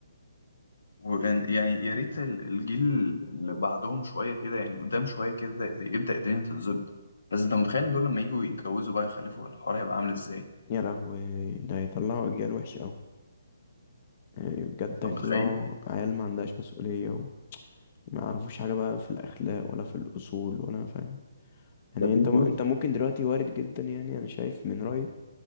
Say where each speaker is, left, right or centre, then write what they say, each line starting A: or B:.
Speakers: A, on the left; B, on the left.
A: وإن- يعني يا ريت ال- الجيل اللي بعدهم شويه كده يعني قدام شويه كده يبدا الدنيا تتظبط بس انت متخيل إن دول لما يجوا يتجوزوا بقى يخلفوا الحوار هيبقى عامل ازاي
B: يا لهوي ده هيطلعوا اجيال وحشة اوي يعني بجد
A: انت
B: هيطلعوا
A: متخيل
B: عيال ما عندهاش مسؤولية و- وما يعرفوش حاجة بقى في الأخلاق ولا في الأصول ولا فاهم يعني
A: ده في
B: انت
A: بيوت
B: م... انت ممكن دلوقتي وارد جدا يعني انا شايف من رأيي